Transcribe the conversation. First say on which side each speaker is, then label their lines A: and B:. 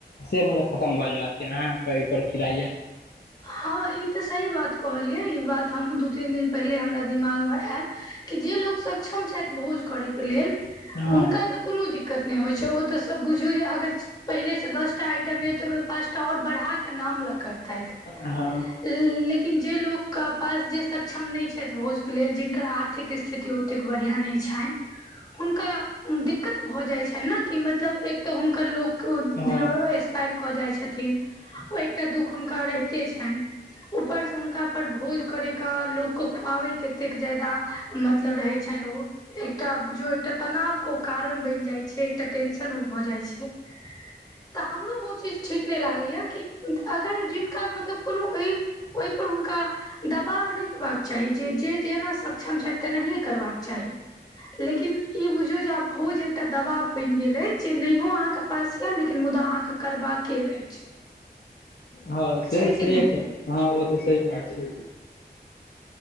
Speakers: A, on the left; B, on the left.
A: से मतलब खतम भ जेयबाक कि अहाँके ओहिपर की राय यऽ
B: हँ ई तऽ सही बात कहलियै ई बात हमहूँ दू, तीन दिन पहिले हमरा दिमाग मे आयल त जे लोग सक्षम छथि भोज करै के लेल
A: हँ
B: हुनका तऽ कोनो दिक्कत नय होइ छै ओ तऽ सब बुझू जे अगर पहिले से दसटा आ टम य तऽ ओहिमे पाँच टा आओर बढ़ाकऽ नाम लऽ करतथि
A: हँ
B: इ लेकिन जे लोग के पास, जे सक्षम नय छथि भोज के लेल, जिनकर आर्थिक स्थिति ओ तेक बढ़िआँ नय छनि हुनका दिक्कत भऽ जाइ छनि न कि मतलब एक तऽ हुनकर लोक कऽ
A: हँ
B: एक्सपायर कऽ जाइ छथिन, ओ एकटा दुःख हुनका रहिते छनि ऊपर स हुनका पर भोज करै क लोकके खुआबै के एतेक ज्यादा मत लब रहै छनि ओ एकटा बुझियौ, एकटा तनाव के ओ कारण बनि जाइ छै एकटा टेंशन ओ भऽ जाइ छै तऽ हमरो ओ चीज ठीक नय लागैय कि अगर जिनका मत लब कोनो ओ ओहिपर हुनका दबाव नय हेबाक चाही जे जे जेना सक्षम छथि तेनाहिए करबाक चाही लेकिन ई बुझियौ जे आब भोज एकटा दबाव बनि गेल अछि। जे नहियो अहाँके पास यल लेकिन मुदा अहाँके करबाके अछि
A: हँ से
B: छै
A: स
B: कि नहि
A: हँ ओ तऽ सही बात छै